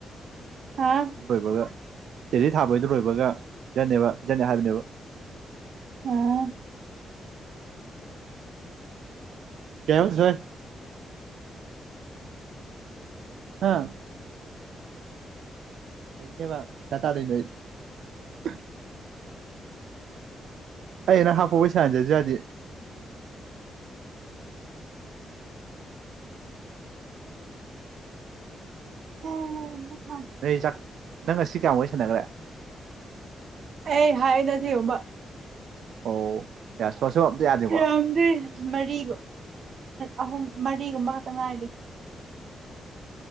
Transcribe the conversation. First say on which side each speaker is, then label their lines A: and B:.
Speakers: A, on the right; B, on the right.
A: ꯍꯥ
B: ꯕꯣꯏꯕꯒ ꯆꯦꯔꯤ ꯊꯥꯕꯩꯗ ꯂꯣꯏꯕꯒ ꯄꯤꯖꯅꯦꯕ ꯄꯤꯖꯅꯤ ꯍꯥꯏꯕꯅꯦꯕ <inaudible>
A: ꯑꯣ
B: ꯀꯩ ꯍꯥꯏꯕꯁꯦ ꯑꯥ ꯑꯩꯅꯦ ꯃꯥ ꯆꯇꯗꯏ <unintelligible> ꯑꯩꯅ ꯍꯥꯞꯄ ꯄꯩꯁꯟꯖꯁꯨ ꯌꯥꯗꯤ
A: ꯎꯝ
B: ꯅꯣꯏꯆꯥꯛ ꯅꯪ ꯉꯁꯤ ꯀꯌꯥꯃꯨ ꯋꯥꯏ ꯁꯥꯟꯅꯈ꯭ꯔꯦ
A: ꯑꯦ ꯍꯥꯏ ꯅ ꯎꯃ
B: ꯑꯣ ꯌꯥ ꯁꯣ ꯁꯣ ꯑꯝꯇ ꯌꯥꯗꯦꯀꯣ
A: ꯔꯝꯕꯤ ꯃꯔꯤ ꯑꯍꯨꯝ ꯃꯔꯤꯒꯨꯝꯕ ꯈꯛꯇ ꯉꯥꯏꯔꯤ